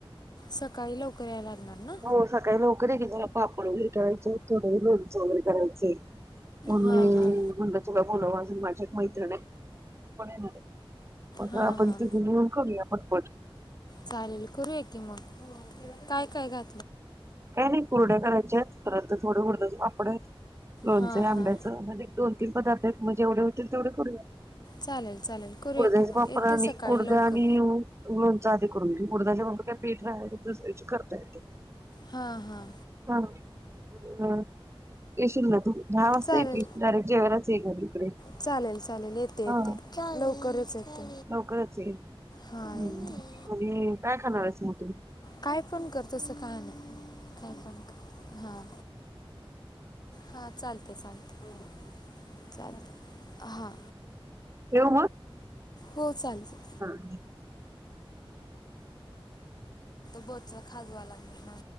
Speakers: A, on the left; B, on the right.
A: सकाळी लवकर यायला लागणार ना
B: हो सकाळी लवकरे जला बापड उेटायचं थोडं लोणचं वगैरे करायचय मगी
A: हां हां
B: मंग तुला बोलाव अजून माझ्या एक मैत्रण आहे पण येणार आहे बघ
A: हां
B: आपण
A: हां
B: इथे घन करूया पटपट
A: चालेल करूया की मग काय काय का
B: काय नाही कोरड्या करायच्या आहेत परंत थोडं उडदाचा पापड लोणचे
A: हां
B: आंब्याचं
A: हां
B: म्हध्ये दोन तीन पदार्थ आहेत मग जेवढे होतील तेवढे करूया
A: चालेल चालेल करूया
B: कुडद्याचा
A: की मग
B: वापर
A: येते
B: आणि
A: सकाळी
B: कुडद्या
A: लवकर
B: आणि लोणचा आधी करून घ कुडद्याचे म्हर पीठा ते दुसरी च करताेत
A: हां हां
B: हा ह येशील ना तू दहा वाजता
A: चालेल
B: येेती डायरेक्ट जेवायलाच ये घरी इकडे
A: चालेल चालेल येते येते
B: हा
A: लवकरच येते
B: लवकरच ये ह्
A: हां येते
B: आणि काय खाणार आहेस मग
A: काय फोन कर तस काय नाही काय फोन कर हां हां चालते चालते चालते हां
B: केव
A: हो चालते
B: म
A: बोचा खाजूवा लागल